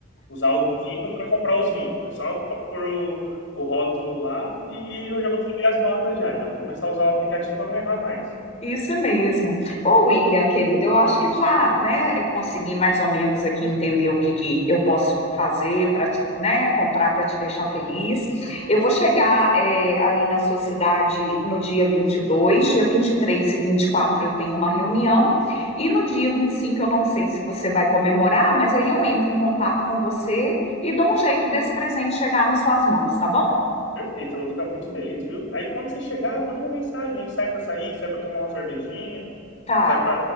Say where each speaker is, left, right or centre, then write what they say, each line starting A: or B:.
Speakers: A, on the left; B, on the left.
A: Usar o vinho para comprar os vinhos. É só p- pôr o, o rótulo lá e eu já vou saber as notas já. Já vou começar a usar o aplicativo para não errar mais.
B: Isso mesmo. Ô, William, querido, eu acho que eu já, né, consegui mais ou menos aqui entender o que que eu posso fazer para, né, comprar para te deixar feliz. Eu vou chegar, é, aí na sua cidade no dia 22, dia vinte e três e e vinte e quatro eu tenho uma reunião, e no dia 25 eu não sei se você vai comemorar, mas aí eu entro em contato com você e dou um jeito desse presente chegar nas suas mãos, tá bom?
A: Perfeito, eu vou ficar muito feliz, viu? Aí quando você chegar, manda uma mensagem, a gente sai pra sair, sai pra tomar uma cervejinha,
B: Tá,
A: sai pra.